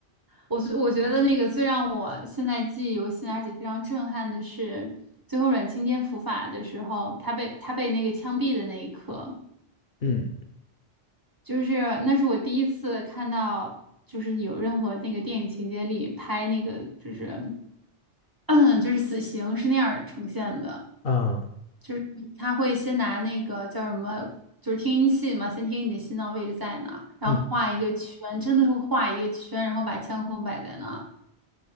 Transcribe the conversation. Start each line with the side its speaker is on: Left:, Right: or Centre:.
Right: 我最我觉得那个最让我现在记忆犹新，而且非常震撼的是，最后阮经天伏法的时候，他被他被那个枪毙的那一刻，
Left: 嗯
Right: 就是那是我第一次看到，就是有任何那个电影情节里拍那个就是。嗯，就是死刑是那样儿呈现的，
Left: 啊，
Right: 就是他会先拿那个叫什么，就是听音器嘛，先听你的心脏位置在哪儿然后画一个圈，
Left: 嗯，
Right: 真的是画一个圈，然后把枪口摆在那儿